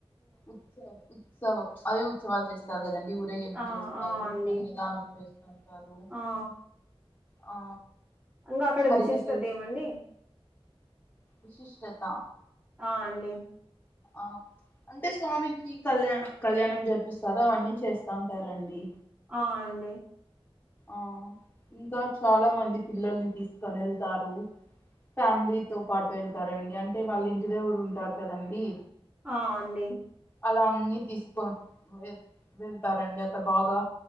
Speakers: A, on the left; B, on the right.
A: ఉత్సవ ఉత్సవ అదే ఉత్సవాలు చేస్త చేస్తారు కదా అండీ ఊరేగింపు
B: ఆ
A: చేస్తారు
B: ఆ అండి
A: అన్నదానం చేస్తుంటారు
B: ఆ
A: ఆ
B: ఇంక అక్కడ
A: హరికథలు
B: విశిష్టదేవండీ
A: విశిష్టత
B: ఆ అండి
A: ఆ అంటే స్వామికి కళ్యా కళ్యాణం జరిపిస్తారు అవన్నీ చేస్తంటారండి
B: ఆ అండి
A: ఆ ఇంకా చాలా మంది పిల్లల్ని తీసు తీసుకొని వెళ్తారు ఫ్యామిలీ తో పాటు వెళ్తారండి అంటే వాళ్ళు ఇంటి దేవుడు ఉంటారు కదండి
B: ఆ అండి
A: అలా అన్ని తీసుక వె వెళ్తారండి అక్కడ బాగా